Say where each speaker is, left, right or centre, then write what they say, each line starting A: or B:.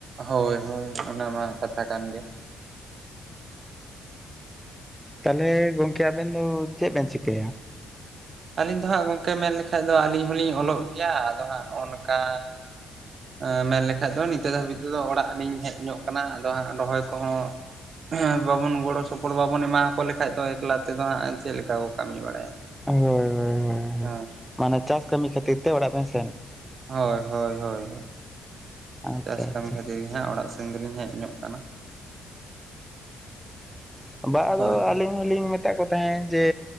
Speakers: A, on the right; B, in the centre.
A: ᱦᱳᱭ ᱦᱳᱭ ᱚᱱᱟ ᱢᱟ ᱠᱟᱛᱷᱟ ᱠᱟᱱ ᱜᱮ।
B: ᱛᱟᱦᱚᱞᱮ ᱜᱚᱝᱠᱮ ᱟᱵᱮᱱ ᱫᱚ ᱪᱮᱫ ᱵᱮᱱ ᱪᱤᱠᱟᱹᱭᱟ?
A: ᱟᱹᱞᱤᱧ ᱫᱚ ᱦᱟᱸᱜ ᱜᱚᱝᱠᱮ ᱢᱮᱱ ᱞᱮᱠᱷᱟᱱ ᱫᱚ ᱟᱹᱞᱤᱧ ᱦᱚᱞᱤᱧ ᱚᱞᱚᱜ ᱜᱮᱭᱟ ᱟᱫᱚ ᱦᱟᱸᱜ ᱱᱚᱜᱼᱚ ᱱᱚᱝᱠᱟ ᱮ ᱢᱮᱱ ᱞᱮᱠᱷᱟᱡ ᱫᱚ ᱱᱤᱛᱚᱜ ᱫᱷᱟᱹᱵᱤᱡ ᱛᱮᱫᱚ ᱚᱲᱟᱜ ᱞᱤᱧ ᱦᱮᱡ ᱧᱚᱜ ᱠᱟᱱᱟ ᱟᱫᱚ ᱦᱟᱸᱜ ᱨᱚᱦᱚᱭ ᱠᱚᱦᱚᱸ ᱦᱮᱸ ᱵᱟᱵᱚᱱ ᱜᱚᱲᱚ ᱥᱚᱯᱚᱦᱚᱫ ᱵᱟᱵᱚᱱ ᱮᱢᱟᱠᱚ ᱞᱮᱠᱟᱡ ᱫᱚ ᱮᱠᱞᱟ ᱛᱮᱫᱚ ᱦᱟᱸᱜ ᱪᱮᱫ ᱞᱮᱠᱟ ᱠᱚ ᱠᱟᱹᱢᱤ ᱵᱟᱲᱟᱭᱟ?
B: ᱦᱳᱭ ᱦᱚᱳ ᱦᱳᱭ।
A: ᱦᱮᱸ।
B: ᱢᱟᱱᱮ ᱪᱟᱥ ᱠᱟᱹᱢᱤ ᱠᱷᱟᱹᱛᱤᱨ ᱛᱮ ᱚᱲᱟᱜ ᱵᱮᱱ ᱥᱮᱜ
A: ᱦᱳᱭ ᱦᱳᱭ ᱦᱳᱭ
B: ᱟᱪᱪᱷᱟ
A: ᱪᱟᱥ ᱠᱟᱹᱢᱤ
B: ᱟᱪᱪᱷᱟ
A: ᱠᱷᱟᱹᱛᱤᱨᱼᱼ ᱦᱮᱸ ᱚᱲᱟᱜ ᱥᱮᱱ ᱜᱮᱞᱤᱧ ᱦᱮᱡ ᱧᱚᱜ ᱠᱟᱱᱟ।
B: ᱚ ᱵᱟᱝ ᱟᱫᱚ
A: ᱦᱳᱭ
B: ᱟᱹᱞᱤᱧᱼᱼ ᱟᱞᱤᱧ ᱢᱮᱛᱟᱫ ᱠᱚ ᱛᱟᱦᱮᱸᱫ ᱡᱮ